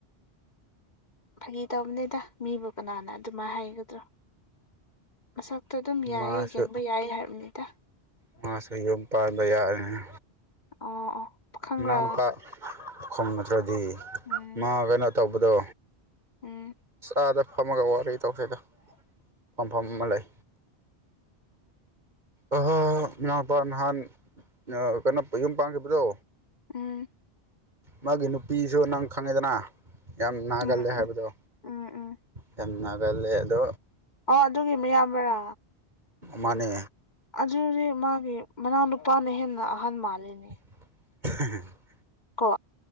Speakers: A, on the left; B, on the right.
A: ꯐꯥꯒꯤ ꯇꯧꯕꯅꯤꯗ ꯃꯤꯕꯨ ꯀꯅꯥꯅ ꯑꯗꯨꯃ ꯍꯥꯏꯒꯗ꯭ꯔꯣ ꯃꯁꯛꯇ ꯑꯗꯨꯝ ꯌꯥꯏꯌꯦ
B: ꯃꯥꯁꯨ
A: ꯌꯦꯡꯕ ꯌꯥꯏ ꯍꯥꯏꯔꯕꯅꯤꯗ
B: ꯃꯥꯁꯨ ꯌꯨꯝ ꯄꯥꯟꯕ ꯌꯥꯔꯅꯤ
A: ꯑꯣ ꯄꯥꯈꯪꯔꯥ
B: ꯏꯅꯥꯎꯅꯨꯄꯥ ꯈꯨꯝ ꯅꯗ꯭ꯔꯗꯤ
A: ꯎꯝ
B: ꯃꯥ ꯀꯩꯅꯣ ꯇꯧꯕꯗꯣ
A: ꯎꯝ
B: ꯆꯥꯗ ꯐꯝꯃꯒ ꯋꯥꯔꯤ ꯇꯧꯁꯤꯗ ꯐꯝꯐꯝ ꯑꯃ ꯂꯩ ꯑ ꯏꯃꯥꯄꯥ ꯅꯍꯥꯟ ꯀꯩꯅꯣ ꯌꯨꯝ ꯄꯥꯟꯈꯤꯕꯗꯣ
A: ꯎꯝ
B: ꯃꯥꯒꯤ ꯅꯨꯄꯤꯁꯨ ꯅꯪ ꯈꯪꯉꯦꯗꯅ ꯌꯥꯝ ꯅꯥꯒꯜꯂꯦ
A: ꯎꯝ ꯎꯝ
B: ꯍꯥꯏꯕꯗꯣ
A: ꯎꯝ ꯎꯝ
B: ꯌꯥꯝ ꯒꯥꯒꯥꯂꯗ
A: ꯑꯣ ꯑꯗꯨꯒꯤꯃꯌꯥꯝꯕ꯭ꯔꯥ
B: ꯃꯅꯦ
A: ꯑꯗꯨꯗꯤ ꯃꯥꯒꯤ ꯃꯅꯥꯎꯅꯨꯄꯥꯅ ꯍꯦꯟꯅ ꯑꯍꯟ ꯃꯥꯜꯂꯤꯅꯦ
B: <inaudible>
A: ꯀꯣ